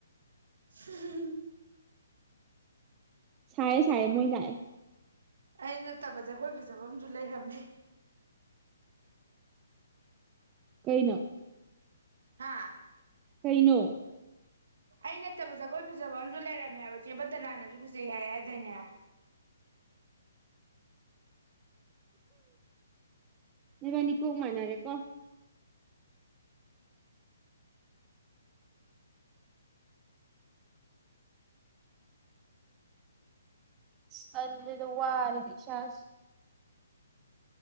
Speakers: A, on the right (about 60°); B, on the right (about 20°).
A: ꯝ
B: ꯁꯥꯏ ꯆꯥꯏ ꯃꯣꯏ ꯂꯥꯏ
A: ꯑ ꯅꯠꯇꯕ ꯖꯒꯣꯏ ꯐꯖꯕ ꯑꯃꯁꯝꯨ ꯂꯩꯔꯝꯃꯤ
B: ꯀꯩꯅ
A: ꯍꯥꯥ
B: ꯀꯩꯅꯣ
A: ꯑꯩ ꯅꯠꯇꯕ ꯖꯒꯣꯏ ꯐꯖꯕ ꯑꯝꯨ ꯂꯩꯔꯝꯃꯦ ꯍꯥꯏꯕ ꯆꯦꯕꯟꯇꯅꯥꯅꯁꯨ ꯐꯖꯩ ꯍꯥꯏ ꯍꯥꯏꯗꯣꯏꯅꯦ
B: ꯔꯅꯤ ꯀꯣꯣꯡ ꯍꯥꯏꯅꯔꯦ ꯀꯣ ꯊꯟꯗ ꯋꯥꯔꯗꯤ ꯁꯥꯁꯤ